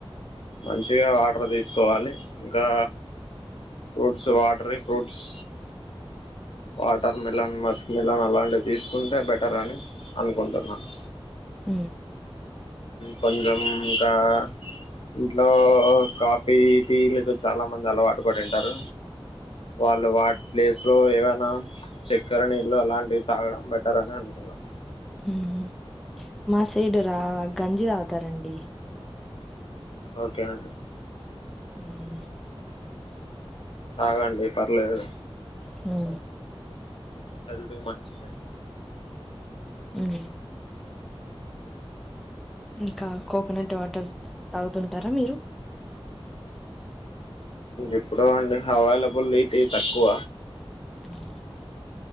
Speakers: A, on the left (about 65°); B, in the centre.
A: మంచిగా వాటర్ తీసుకోవాలి ఇంకా fruits watery fruits watermelon muskmelon అలాంటివి తీసుకుంటే బెటర్ అని అనుకుంటున్నాను
B: హ
A: పజంకా <unintelligible> ఇంట్లో కాఫీ టీలకు చాలా మంది అలవాటు పడింటారు వాళ్ళు వాట్ ప్లేస్ లో ఏవైనా చక్కెర నీళ్ళు అలాంటివి తాగడం బెటర్ అని అనుకున్నాను
B: హూం మా సైడు రా గంజి తాగుతారండి
A: ఓకే అండి
B: హూ
A: తాగండి పర్లేదు
B: హు
A: హెల్త్ కు మంచిదే
B: హుం ఇంకా కోకోనట్ వాటర్ తాగుతుంటారా మీరు
A: ఎప్పుడో అండి అవైలబులిటి తక్కువ
B: హుమ్